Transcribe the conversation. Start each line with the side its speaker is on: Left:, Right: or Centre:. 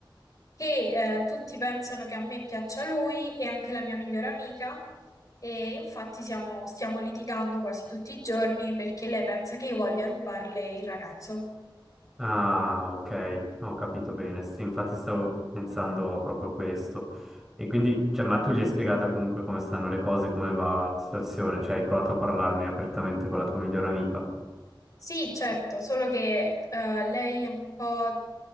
Left: che eh, tutti pensano che a me piaccia lui e anche la mia migliore amica e infatti siamo- stiamo litigando quasi tutti i giorni perché lei pensa che io voglia rubarle il ragazzo.
Centre: Ah, ok, ho capito bene. Sì, infatti stavo pensando a proprio questo. E quindi, cioè, ma tu gli hai spiegato comunque come stanno le cose, come va la situazione? Cioè, hai provato a parlarne apertamente con la tua migliore amica?
Left: Sì, certo, solo che eh, lei è un po'